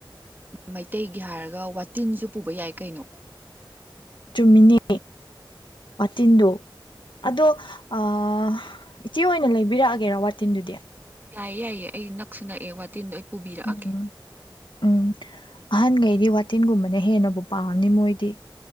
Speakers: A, on the right; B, on the left.
A: ꯃꯩꯇꯩꯒꯤ ꯍꯥꯏꯔꯒ ꯋꯥꯇꯤꯟꯁꯨ ꯄꯨꯕ ꯌꯥꯏ ꯀꯩꯅꯣ
B: ꯆꯨꯝꯃꯤꯅꯤ ꯋꯥꯇꯤꯟꯗꯣ
A: ꯎꯝ
B: ꯑꯗꯣ ꯑ ꯏꯆꯦ ꯑꯣꯏꯅ ꯂꯩꯕꯤꯔꯛꯑꯒꯦꯔ ꯋꯥꯇꯤꯟꯗꯨꯗꯤ
A: ꯌꯥꯏꯌꯦ ꯌꯥꯏꯌꯦ ꯑꯩ ꯅꯛꯁꯨ ꯅꯛꯑꯦ ꯋꯥꯇꯤꯟꯗꯣ ꯄꯨꯕꯤꯔꯛꯑꯒꯦ
B: ꯎꯝ ꯎꯝ ꯑꯍꯟꯈꯩꯗꯤ ꯋꯥꯇꯤꯟꯒꯨꯝꯕꯅ ꯍꯦꯟꯅꯕꯨ ꯄꯥꯝꯅꯤ ꯃꯣꯏꯗꯤ